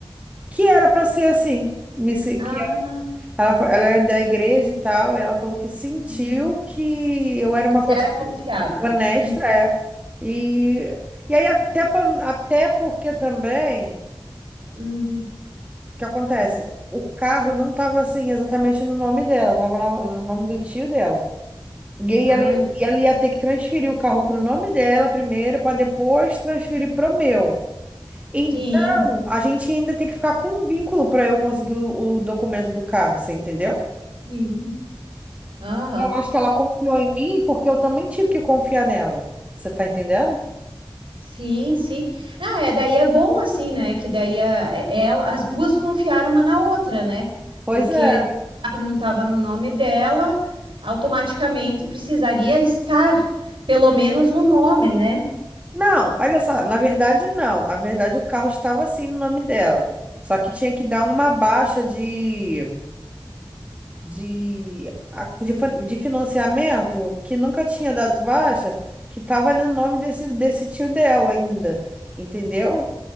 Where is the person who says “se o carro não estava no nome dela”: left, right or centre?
Right